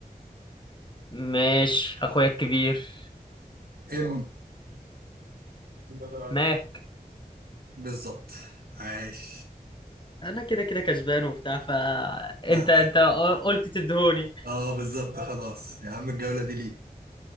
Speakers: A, on the left (about 30°); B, on the right (about 90°).
A: ماشي اخويا الكبير
B: إم انت طلعت
A: ماك
B: بالظبط عاش
A: انا كده كده كسبان وبتاع فانت
B: لا <laughs>
A: انت انت
B: عاش
A: قلت تدهوني
B: اه بالظبط لا خلاص يا عم الجولة دي ليك